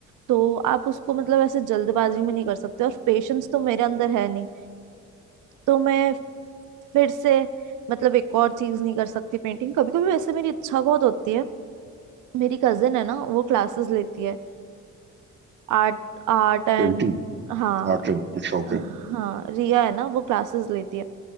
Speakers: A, on the right; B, on the right.
A: तो आप उसको मतलब ऐसे जल्दबाजी में नहीं कर सकते और पेशेंस तो मेरे अंदर है नहीं तो मैं फिर से मतलब एक और चीज नहीं कर सकती पेंटिंग कभी कभी वैसे मेरी इच्छा बहुत होती है मेरी कजिन है ना वो क्लासेस लेती है आर्ट आर्ट एंड
B: पेंटिंग
A: हाँ
B: आर्ट शौक
A: हाँ
B: है
A: रिया है ना वो क्लासेस लेती है